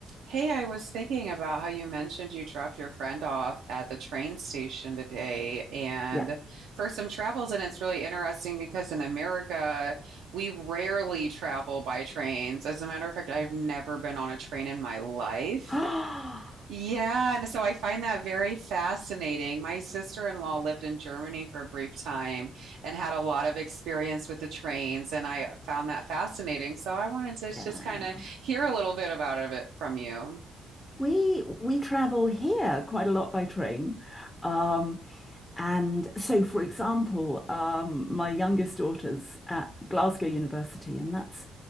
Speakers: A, on the right; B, on the left.
A: Hey, I was thinking about how you mentioned you dropped your friend off at the train station today and
B: Yeah.
A: for some travels, and it's really interesting because in America, we rarely travel by trains. As a matter of fact, I've never been on a train in my life.
B: <gasps>
A: Yeah, and so I find that very fascinating. My sister-in-law lived in Germany for a brief time and had a lot of experience with the trains, and I found that fascinating. So I wanted to just
B: Yeah.
A: kind of hear a little bit about of it from you.
B: We we travel here quite a lot by train. Um, and so for example, um, my youngest daughter's at Glasgow University, and that's